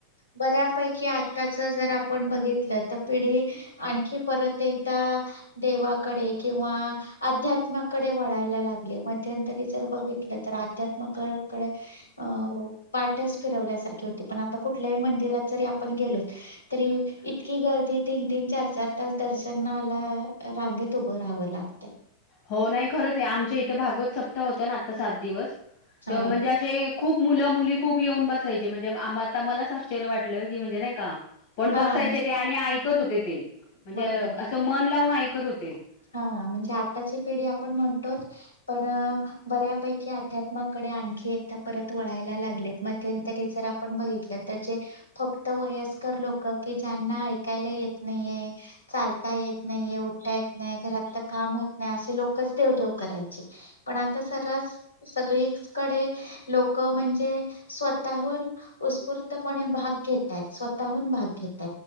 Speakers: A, on the left (about 75°); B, on the left (about 50°).
A: बऱ्यापैकी आताच जर आपण बघितलं तर पिढी आणखी परत एकदा देवाकडे किंवा अध्यात्माकडे वळायला लागले मध्यंतरी जर बघितलं तर अध्यात्मकाकडे अ पाठच फिरवल्यासारखी होती पण आता कुठल्याही मंदिरात जरी आपण गेलो तरी इतकी गर्दी तीन तीन चार चार तास दर्शनाला रांगेत उभं राहावं लागत
B: हो नाही खरंच आहे आमच्या इथे भागवत सप्ताह होता ना आता सात दिवस
A: हा
B: तर म्हणजे असे खूप मुलं मुली खूप येऊन बसायची म्हणजे आम्हा आता मला आश्चर्य वाटलं की म्हणजे नाही का पण
A: हा
B: बसायचे
A: म्हणजे
B: ते आणि ऐकत होते ते म्हणजे
A: बरोबर आहे
B: असं मन लावून ऐक- कत होते
A: हा म्हणजे आताची पिढी आपण म्हणतोच पण बऱ्यापैकी अध्यात्माकडे आणखी एकदा परत वळायला लागलेत मध्यंतरी जर आपण बघितलं तर जे फक्त वयस्कर लोक कि ज्यांना ऐकायला येत नाहीये चालता येत नाहीये उठय नाही घरात तर काम होत नाही असे लोकच देव देव करायचे पण आता सरास सगळीकडे लोक म्हणजे स्वतःहून उत्स्फूर्तपणे भाग घेतय स्वतःहून भाग घेत